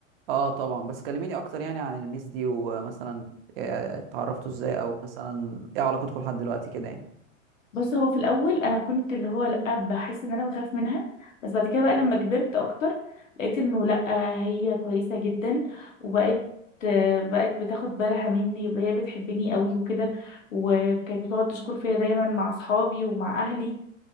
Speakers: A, on the right; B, on the left.
A: اه طبعا بس كلميني اكتر يعني عن الميس دي ومثلا آه، اتعرفتوا ازاي او مثلا ايه علاقتكم لحد دلوقتي كده يعني
B: بص هو في الاول انا كنت اللي هو لا بحس ان انا بخاف منها بس بعد كده بقى لما كبرت اكتر لقيت انه لا هي كويسه جدا وبقت آه، بقت بتاخد بالها مني هي بتحبني قوي وكده وكانت بتقعد تشكر فيا دايما مع اصحابي ومع اهلي